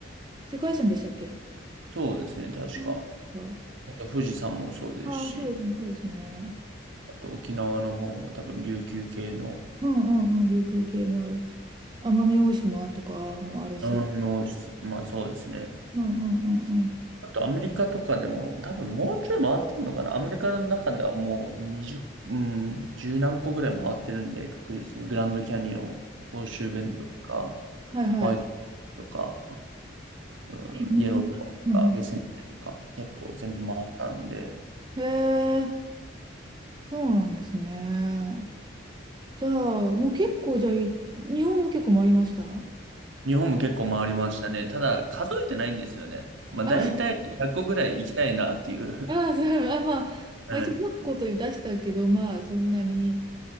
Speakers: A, on the right; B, on the right.
A: 世界遺産でしたっけ
B: そうですね、確か。
A: うんあ
B: あと富士山もそうですし、
A: あそうですね、そうですね。
B: あと沖縄の方も多分琉球系の、
A: うんうんうん、琉球系もあるし、奄美大島とかもあるし。
B: あの、まあそうですね。
A: うんうんうんうん。
B: あとアメリカとかでも多分もうちょい回ってるのかな。アメリカの中ではもう20、うん、十何個ぐらい回ってるんで、確実にグランドキャニオン、ホーシューベンドとか、
A: はいはい。
B: ホワイ
A: は
B: トとか、うん、
A: いうんうん、
B: イエローとか、ヨセミテとか、結構全部回ったんで、
A: へえ、そうなんですね。じゃあ、もう結構、じゃあ、い日本も結構回りました
B: 日本も結構回りましたね。ただ、数えてないんですよね。まあ、
A: あ、
B: 大体100個ぐらい行きたいなっていう。
A: <laughs> あ、そう、あ、まあ、
B: <laughs> はい。
A: まあ、一応1 0という出したけど、まあ、そんなに、